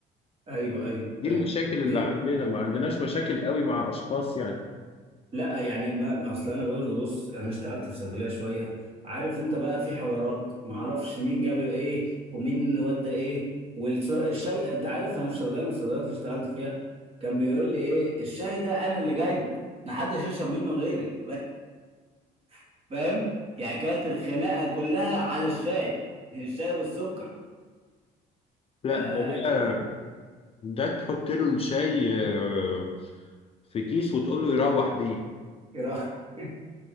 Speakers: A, on the right (about 35°); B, on the left (about 35°).
A: ايوه ايوه
B: دي
A: ايوه
B: المشاكل اللي
A: دي
B: عندنا ما عندناش مشاكل قوي مع اشخاص يعني
A: لا يعني ما ما اصل انا برضه بص انا اشتغلت في صيدليه شويه عارف انت بقى في حوارات ما اعرفش مين جاب ايه ومين ودى ايه والشاي انت عارف انا في صيدليه من الصيدليات اللي اشتغلت فيها كان بيقول لي ايه الشاي ده انا اللي جايبه ما حدش يشرب منه غيري <laughs> فاهم يعني كانت الخناقه كلها على الشاي الشاي والسكر
B: لا
A: فاكيد
B: ده ده تحط له الشاي آه، في كيس وتقول له يروح بيه
A: <laughs>